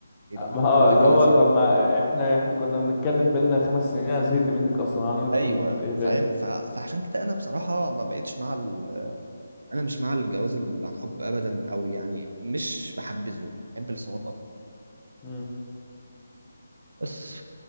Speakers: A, on the right (about 75°); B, on the left (about 20°).
A: ايه
B: آه،
A: ده هو ده
B: اللي
A: الجواز
B: هو طب
A: يعني
B: ما احنا احنا كنا بنتكلم بينا خمس سنين انا زهقت منك اصلا انا نتكلم
A: ايوه
B: في ايه تاني
A: فاهم ف- فعشان كده انا بصراحه ما بقتش مع ال... انا مش مع الجواز اللي عن حب ابدا او يعني مش بحبذه بحب الصالونات اكتر
B: مم.
A: بس